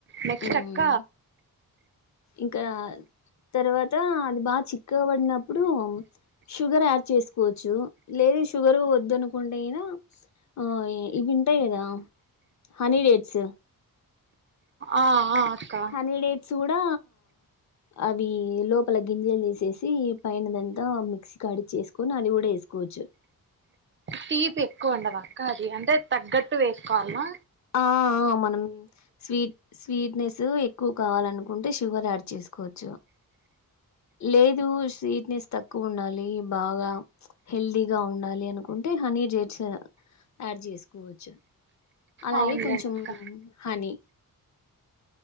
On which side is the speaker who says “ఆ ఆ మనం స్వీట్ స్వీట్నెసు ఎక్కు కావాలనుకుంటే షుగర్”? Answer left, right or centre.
Left